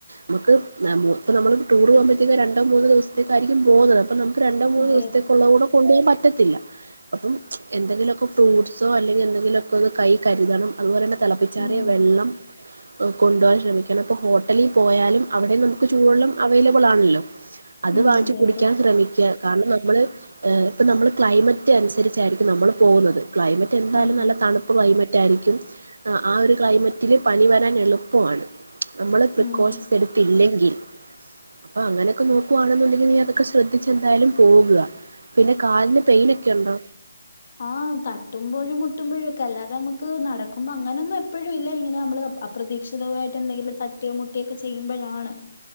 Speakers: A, on the right (about 70°); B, on the left (about 45°).
A: നമുക്ക് ഇ നമ്മൾ ടൂർ പോകുമ്പോഴത്തേക്ക രണ്ടോ മൂന്നോ ദിവസത്തേക്കായിരിക്കും പോകുന്നത് അപ്പ രണ്ടോ മൂന്നോ
B: അതെ
A: ദിവസത്തേക്കുള്ളതും
B: അതെ
A: കൂടെ കൊണ്ട് പോയാ മതി പറ്റത്തില്ല അതും എന്തെങ്കിലുമൊക്കെ ഫ്രൂഡ്സോ അല്ലെങ്കിൽ എന്തെങ്കിലുമൊക്കെ ഒന്ന് കൈയ്യിൽ കരുതണം അതുപോലെ തന്നെ തെളപ്പിച്ചാറിയ
B: ഉം
A: വെള്ളം ഓ കൊണ്ടുപോവാൻ ശ്രമിക്കണം. അപ്പൊ ഹോട്ടലിൽ പോയാലും അവിടെ നമുക്ക് ചൂള്ളം അവൈലബിൾ ആണല്ലോ. അത്
B: ഉം
A: വാങ്ങിച്ച്
B: അതെ
A: കുടിക്കാൻ
B: അതെ
A: ശ്രമിക്ക. കാരണം നമ്മള് ഏ ഇപ്പ നമ്മൾ ക്ലൈമറ്റ് അനുസരിച്ചായിരിക്കും നമ്മൾ പോകുന്നത്. ക്ലൈമറ്റ് എന്തായാലും
B: ഉം
A: നല്ല തണ ക്ലൈമറ്റ ആയിരിക്കും. ആ ഒരു ക്ലൈമറ്റില് പനി വരാൻ എളുപ്പമാണ്. നമ്മള് പ്രിക്കോഷൻസ്
B: ഉം
A: എടുത്തില്ലെങ്കിൽ അപ്പൊ അങ്ങനെയൊക്കെ നോക്കുവാണെന്നുണ്ടെങ്കിൽ നീ അതൊക്കെ ശ്രദ്ധിച്ച എന്തായാലും പോക. പിന്നെ കാലിന് പൈനോകേണ്ടോ
B: ആ തട്ടുമ്പോഴും മുട്ടുമ്പോഴും ഒക്കെ അല്ലാതെ നമുക്ക് നടക്കുമ്പോ അങ്ങനൊന്നും എപ്പോഴും ഇല്ല ഇങ്ങനെ നമ്മളെ അപ്ര പ്രതീക്ഷിതവമായിട്ട് എന്തെങ്കിലും തട്ടിയ മുട്ടിയൊക്കെ ചെയ്യുമ്പോഴാണ്